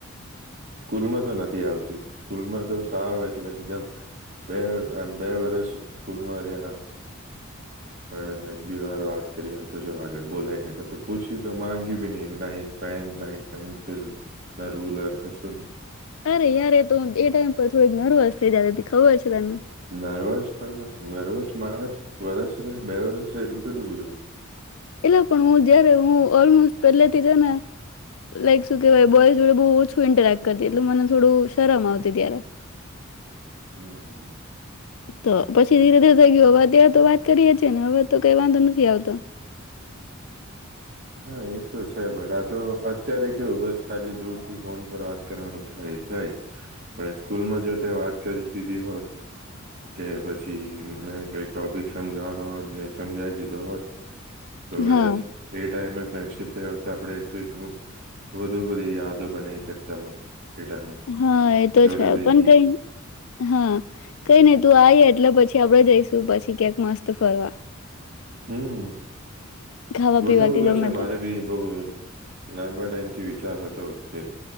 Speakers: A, on the right; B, on the left.
A: સ્કૂલમાં તો નથી આવતી, સ્કૂલમાં તો સાવ એટલે એકદમ બે આમ બે વરસ સ્કૂલમાં રહ્યા પણ એક બી વાર વાત કરી હોય તો જો આગળ બોલાયને કશું પૂછ્યું તો માંગ્યું બી નહી, ના એક પેન, ના એક પેન્સિલ, ના રૂલર કશું નહી.
B: અરે યાર તો એ તો એ ટાઈમ પર થોડીક નર્વસ થઈ જાતી તી ખબર છે તને.
A: નર્વસ પણ નર્વસ માણસ વરસ રહે બે વરસ રહે એટલું કેટલું બધું.
B: એલા પણ હું જયારે હું ઓલમોસ્ટ પહેલેથી છે ને લાઈક શું કહેવાય બોયઝ જોડે બહુ ઓછું ઇન્ટરેક્ટ કરતી એટલે મને થોડું શરમ આવતી ત્યારે.
A: હમ્મ.
B: તો પછી ધીરે-ધીરે થઈ ગયું, હવે અત્યારે તો વાત કરીએે છીએ ને હવે તો કઈ વાંધો નથી આવતો.
A: હા એ તો છે, બટ આ તો અત્યારે કેવું બસ ખાલી દૂર થી ફોન પર વાત કરવાનું થાય એ થાય, પણ સ્કૂલમાં જો તે વાત કરી દીધી હોત કે પછી મને કઈ ટોપિક સમજાવાનો હોત ને ઈ સમજાવી દીધો હોત તો વધારે
B: હા
A: સ એમાંય ફ્રેન્ડશીપ થઈ હોત તો આપણેે કઈક ઉ વધુ બધી યાદો બનાવી શકતા હોત. એ ટાઈમે
B: હા એ તો
A: જોડે
B: છે,
A: ભેગી
B: પણ કઈ હા કઈ નઈ તું આવી એટલે પછ છી આપડે જઈશું પછી ક્યાંક મસ્ત ફરવા
A: હમ્મ.
B: ખાવા
A: ગોઠવવું
B: પીવા કે
A: તો
B: ગમે
A: છે મારે
B: તે
A: બી બહું લાંબા ટાઈમ થી વિ ચાર હતો કે